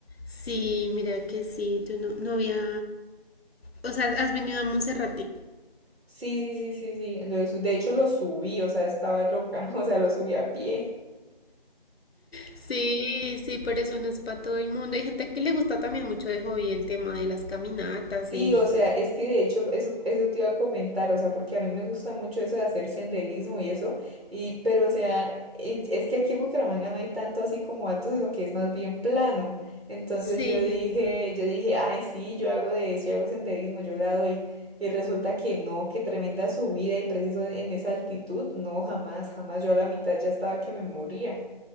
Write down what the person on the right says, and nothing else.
Sí, sí, sí, sí, sí, lo de su- de hecho lo subí, o sea, estaba loca, <laughs> o sea, lo subí a pie.
Sí,
o sea, es que de hecho eso, eso te iba a comentar, o sea, porque a mí me gusta mucho eso de hacer senderismo y eso, y, pero o sea, en- es que aquí en Bucaramanga no hay tanto así como alto, sino que es más bien plano. Entonces
yo dije, yo dije, ay, sí, yo hago de eso, yo hago senderismo, yo la doy. Y resulta que no, que tremenda subida y preciso en, en esa altitud, no, jamás, jamás, yo a la mitad ya estaba que me moría.